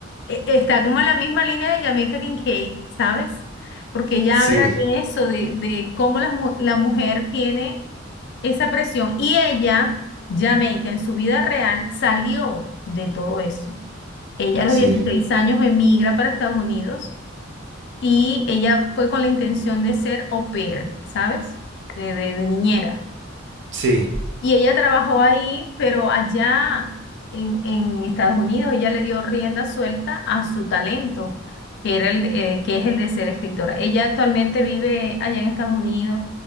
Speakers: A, on the left (about 60°); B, on the right (about 60°).
A: e- está como en la misma línea de Jamaica Kincaid, ¿sabes? Porque ella
B: sí
A: habla de eso, de, de cómo la, mu- la mujer tiene esa presión. Y ella, Jamaica, en su vida real, salió de todo eso. Ella a los
B: sí
A: 16 años emigra para Estados Unidos y ella fue con la intención de ser au pair, ¿sabes? de de- de niñera.
B: sí
A: Y ella trabajó ahí, pero allá en, en Estados Unidos ella le dio rienda suelta a su talento, que era el, de- eh, que es el de ser escritora. Ella actualmente vive allá en Estados Unidos.